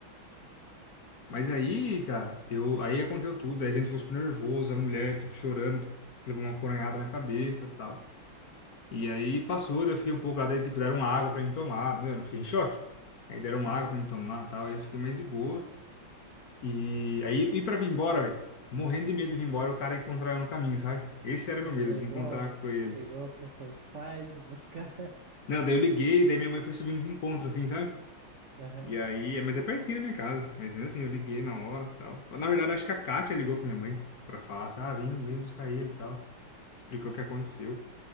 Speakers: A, on the right; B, on the left.
A: Não sei.
B: Mas aí, cara, eu... aí aconteceu tudo. Aí a gente foi super nervoso, a mulher, tipo, chorando, levou uma coronhada na cabeça e tal. E aí passou, daí eu fiquei um pouco lá, daí, tipo, deram água pra mim tomar. Mano, eu fiquei em choque. Aí deram
A: Uhum.
B: água pra mim tomar e tal. Aí eu fiquei mais de boa. E aí, ir pra vir embora, velho. Morrendo de medo de vir embora, o cara encontrar eu no caminho, sabe? Esse era
A: Não
B: meu medo,
A: ligou?
B: de encontrar com ele.
A: Ligou para os seus pais e buscar?
B: Não, daí eu liguei, daí minha mãe foi subindo de encontro, assim, sabe?
A: <laughs> Aham,
B: E aí, é- mas é pertinho da minha casa. Mas mesmo assim, eu liguei na hora tal. Na verdade, acho que a Kátia ligou pra minha mãe pra falar, assim, ah, vem, vem buscar ele e tal. Explicou o que aconteceu.